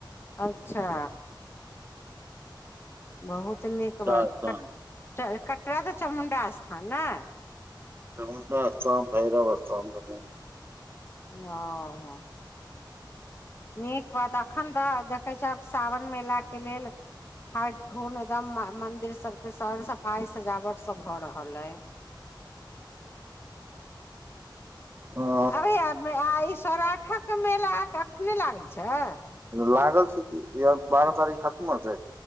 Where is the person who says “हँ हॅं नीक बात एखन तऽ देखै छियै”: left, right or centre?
Left